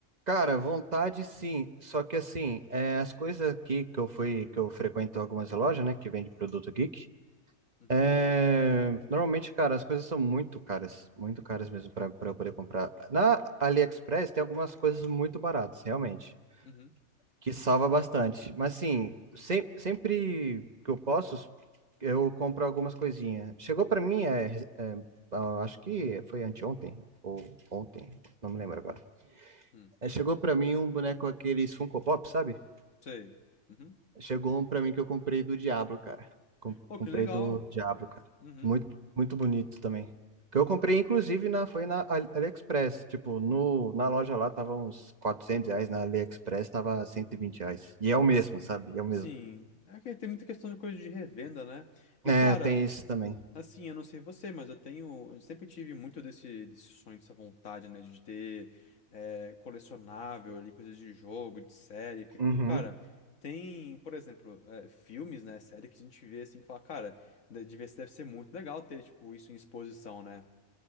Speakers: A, on the right; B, on the left.
A: Cara, vontade sim, só que assim, é, as coisas aqui que eu fui, que eu frequento algumas lojas, né, que vende produto geek,
B: Uhum,
A: é, normalmente, cara, as coisas são muito caras, muito caras mesmo para eu poder comprar. Na AliExpress tem algumas coisas muito baratas, realmente.
B: uhum,
A: que salva bastante. Mas assim, sem- sempre que eu posso, eu compro algumas coisinhas. Chegou para mim, é, é, ah, acho que foi anteontem ou ontem, não me lembro agora.
B: uhum.
A: É, chegou para mim um boneco aqueles Funko Pop, sabe?
B: Sei. Uhum.
A: Chegou um para mim que eu comprei do Diablo, cara. Com-
B: Oh,
A: Comprei
B: que legal.
A: do Diablo, cara.
B: Uhum.
A: Muito, muito bonito também. Que eu comprei, inclusive, na, foi na Ali- AliExpress. Tipo, no, na loja lá tava uns 400 reais, na AliExpress tava 120 reais. E é o mesmo, sabe? É o mesmo.
B: Sim. É que tem muita questão de coisa de revenda, né? E
A: É,
B: cara,
A: tem isso também.
B: Assim, eu não sei você, mas eu tenho, eu sempre tive muito desse, desse sonho, dessa vontade, né, de ter eh, colecionável ali, coisas de jogo, de série, porque, co-
A: Uhum,
B: cara, tem, por exemplo, eh, filmes, né, série que a gente vê assim, que fala, cara, de- deve ser deve ser muito legal ter, tipo, isso em exposição, né,